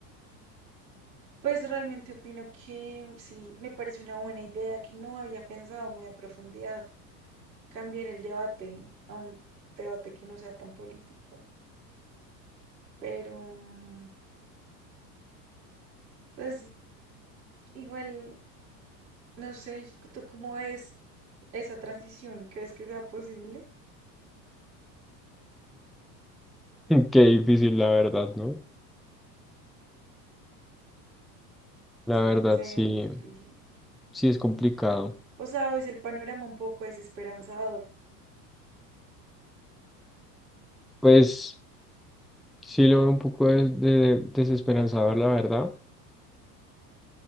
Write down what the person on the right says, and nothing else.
Pues realmente opino que sí, me parece una buena idea que no había pensado muy a profundidad, cambiar el debate a un debate que no sea tan político. Pero, mm, pues igual, no sé, ¿tú cómo ves esa transición? ¿Crees que sea posible?
Sí,
se ve
muy difícil.
O sea, es el panorama un poco desesperanzador.